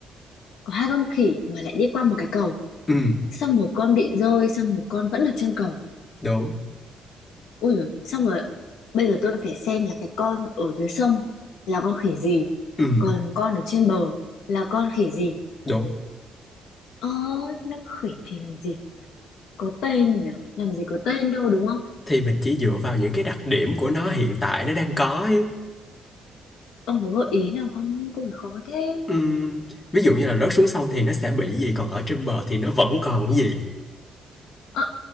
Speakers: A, on the left; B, on the left.
A: có hai con khỉ mà lại đi qua một cái cầu.
B: Ừ,
A: Xong một con bị rơi, xong một con vẫn ở trên cầu.
B: đúng.
A: Ui dồi, xong rồi bây giờ tôi phải xem là cái con ở dưới sông là con khỉ gì
B: Ừ,
A: còn con ở trên bờ là con khỉ gì
B: đúng.
A: ơ nó khỉ thì làm gì có tên nhỉ làm gì có tên đâu đúng không
B: Thì mình chỉ dựa vào những cái đặc điểm của nó hiện tại nó đang có ấy.
A: ông có gợi ý nào không có phải khó thế
B: Ừ, ví dụ như là rớt xuống sông thì nó sẽ bị gì, còn ở trên bờ thì nó vẫn còn cái gì.
A: ờ